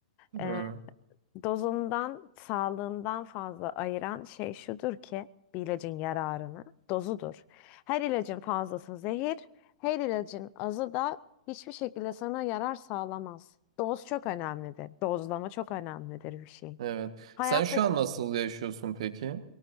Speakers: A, on the right (about 70°); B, on the left (about 40°).
A: Hı,
B: Ee, dozundan, sağlığından fazla ayıran şey şudur ki bir ilacın yararını, dozudur. Her ilacın fazlası zehir, her ilacın azı da hiçbir şekilde sana yarar sağlamaz. Doz çok önemlidir. Dozlama çok önemlidir bir şey.
A: evet.
B: Hayatta.
A: Sen şu an nasıl yaşıyorsun peki?